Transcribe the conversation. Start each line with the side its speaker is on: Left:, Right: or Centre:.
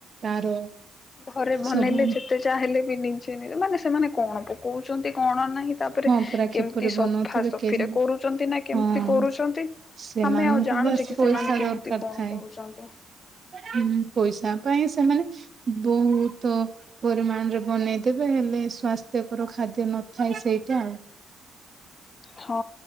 Right: ତାର
Left: ଘରେ ବନେଇଲେ
Right: ସବୁ
Left: ଯେତେ ଯାହା ହେଲେ ବି ନିଜେ ମାନେ ସେମାନେ କଣ ପକ କଉଛନ୍ତି କଣ ନାହିଁ? ତାପରେ
Right: ହଁ ପରା
Left: କେମିତି
Right: କିପରି
Left: ସଫାସଫିରେ
Right: ବନଉଥିବେ କେଜାଣି
Left: ନା କେମତି
Right: ହଁ।
Left: କରୁଛନ୍ତି
Right: ସେମାନଙ୍କୁ
Left: ଆମେ ଆଉ ଜାଣୁଛେ
Right: ବାସ୍
Left: କି
Right: ପଇସା
Left: ସେମାନେ କେମିତି
Right: ଦରକାର
Left: କଣ
Right: ଥାଏ
Left: କରୁଛନ୍ତି?
Right: ହୁଁ ପଇସା ପାଇଁ ସେମାନେ ବହୁତ ପରିମାଣରେ ବନେଇଦେବେ ହେଲେ ସ୍ଵାସ୍ଥ୍ୟକର ଖାଦ୍ୟ ନ ଥାଉ ସେଇଟା ଆଉ।
Left: ହଁ